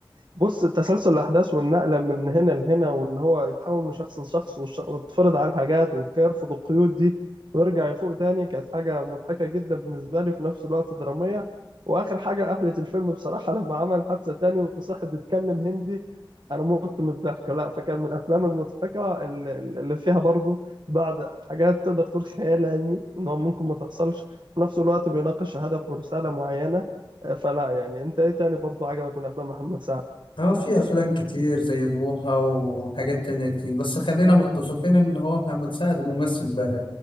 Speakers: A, on the right; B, on the left.
A: بص تسلسل الأحداث والنقلة من هنا لهنا وإن هو يتحول من شخص لشخص والشخ- ويتفرض عليه حاجات ويرفض القيود دي ويرجع يفوق تاني كانت حاجة مضحكة جدا بالنسبة لي في نفس الوقت درامية وآخر حاجة قفلت الفيلم بصراحة لما عمل حادثة تاني وصاحب بيتكلم هندي أنا مت من الضحك لا فكان من الأفلام المضحكة اللي اللي فيها برضو بعض حاجات تقدر تقول خيال علمي إن هو ممكن ما تحصلش وفي نفس الوقت بيناقش هدف ورسالة معينة آه، فلا يعني أنت إيه تاني برضو عجبك من أفلام محمد سعد؟
B: اه في افلام كتير زي بوحة وحاجات تانية كتير بس خلينا متفقين ان هو محمد سعد ممثل بارع